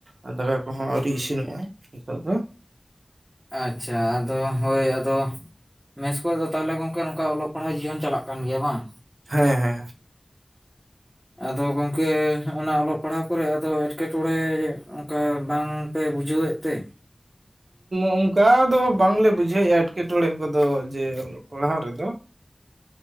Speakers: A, on the right; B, in the centre.
A: ᱟᱨ ᱫᱟᱠᱟ ᱠᱚᱦᱚᱸ ᱟᱹᱣᱨᱤ ᱤᱥᱤᱱᱚᱜ-ᱟ ᱱᱤᱛᱚᱜ ᱫᱚ
B: ᱟᱪᱪᱷᱟ ᱟᱫᱚ ᱦᱳᱭ ᱟᱫᱚ ᱢᱮᱥ ᱠᱚᱨᱮ ᱫᱚ ᱛᱟᱦᱚᱞᱮ ᱜᱚᱝᱠᱮ ᱱᱚᱝᱠᱟ ᱚᱞᱚᱜ ᱯᱟᱲᱦᱟᱣ ᱡᱤᱭᱚᱱ ᱪᱟᱞᱟᱜ ᱠᱟᱱ ᱜᱮᱭᱟ ᱵᱟᱝ
A: ᱦᱮᱸ ᱦᱮᱸ
B: ᱟᱫᱚ ᱜᱚᱝᱠᱮ ᱚᱱᱟ ᱚᱞᱚᱜ ᱯᱟᱲᱦᱟᱣ ᱠᱚᱨᱮ ᱟᱫᱚ ᱮᱸᱴᱠᱮᱴᱚᱬᱮ ᱚᱱᱠᱟ ᱵᱟᱝ ᱯᱮ ᱵᱩᱡᱷᱟᱹᱣ ᱮᱫ ᱛᱮ?
A: ᱚᱱᱠᱟ ᱫᱚ ᱵᱟᱝᱞᱮ ᱵᱩᱡᱷᱟᱹᱣᱮᱫ-ᱟ ᱮᱸᱴᱠᱮᱴᱚᱬᱮ ᱠᱚᱫᱚ ᱡᱮᱹ ᱯᱟᱲᱦᱟᱣ ᱨᱮᱫᱚ